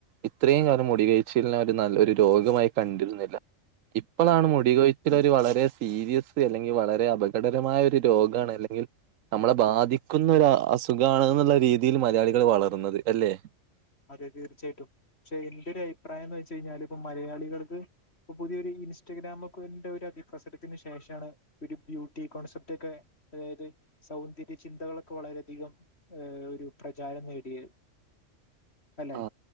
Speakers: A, on the right (about 80°); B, on the left (about 50°).
A: ഇത്രയും കാലം മുടികൊഴിച്ചലിന് നല്ല ഒരു രോഗമായി കണ്ടിരുന്നില്ല ഇപ്പളാണ്
B: അതെ അതെ
A: മുടികൊഴി ഒരു വളരെ സീരിയസ് ലി അല്ലെങ്കി വളരെ അപകടകരമായ ഒരു രോഗാണ് അല്ലെങ്കിൽ. നമ്മളെ ബാധിക്കുന്ന ഒരു അസുഖാണ് ന്നുള്ള രീതിയിൽ മലയാളികൾ വളർന്നത് അല്ലേ
B: അതെ തീർച്ചയായിട്ടും പക്ഷെ എന്റെ ഒരു അഭിപ്രായം എന്ന് വെച്ച് കഴിഞ്ഞാൽ ഇപ്പ മലയാളിക ൾക്ക് ഇപ്പൊ പുതിയൊരു ഇൻസ്റ്റഗ്രാമക്ക് ഇന്റെ ഒരു അതിപ്രസരത്തിന് ശേഷാണ്. ഒര് ബ്യൂട്ടി കോൺസെപ്റ്റ് ഒക്കെ അതായത് സൗന്ദര്യ ചിന്തകളൊക്കെ വളരെയധികം ഏഹ് ഒരു പ്രചാരം നേടിയത് അല്ലെ
A: ആ